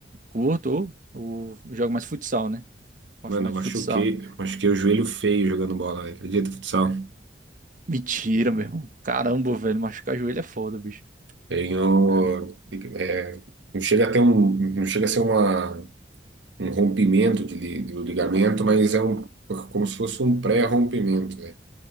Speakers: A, on the right; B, on the right.
A: curto ou, ou jogo mais futsal, né? Gosto
B: Mano,
A: mais
B: eu machuquei,
A: de futsal.
B: machuquei o joelho feio jogando bola, velho. acredita, futsal?
A: Mentira, meu irmão. Caramba, velho, machucar joelho é foda, bicho.
B: Tenho,
A: É.
B: é, não chega a ter um, não chega a ser uma, um rompimento de, li- do ligamento, mas é um, como se fosse um pré-rompimento, né?